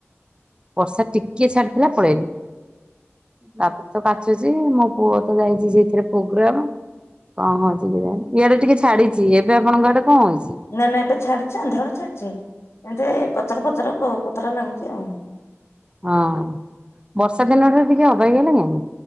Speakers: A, on the right (about 20°); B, on the left (about 65°).
A: ବର୍ଷା ଟିକେ ଛାଡିଥିଲା ପଳେଇଲୁ। ତାପରେ ତ କାଚୁଚି ମୋ ପୁଅ ତ ଯାଇଚି ସେଇଥିରେ ପ୍ରୋଗ୍ରାମ। କଣ ହଉଚି କେଯାଣି ଇଆଡେ ଟିକେ ଛାଡିଚି ଏବେ ଆପଣଙ୍କ ଆଡେ କଣ ହଉଚି।
B: ନାଇଁ ନାଇଁ ଏବେ ଛାଡିଚି ଅନ୍ଧାର ଛାଡିଚି ଏମିତି ଏଇ ପଚର ପଚର କୋ-କୋତରା ଲାଗୁଚି ଆଉ।
A: ହଁ ବର୍ଷା ଦିନରେ ଟିକେ ଅବାଗିଆ ଲାଗେନି